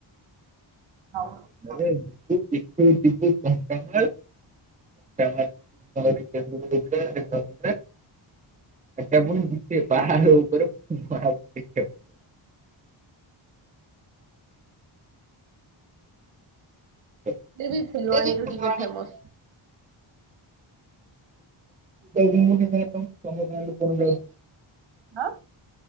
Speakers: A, on the right (about 15°); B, on the right (about 70°).
A: <unintelligible>
B: ଆଉ
A: <unintelligible> ଏଟା ପୁଣି ଦିଶେ ବାହାର ଉପରେ ବାହାର ଦେଖିବାପାଇଁ <inaudible> ଏ
B: ସେ ବି ଫୁଲବାଣୀରୁ
A: <unintelligible> <unintelligible> ଦି
B: ଟିକେ
A: ଚାରି
B: ଫେମସ।
A: ଦିନ <unintelligible>
B: ନା।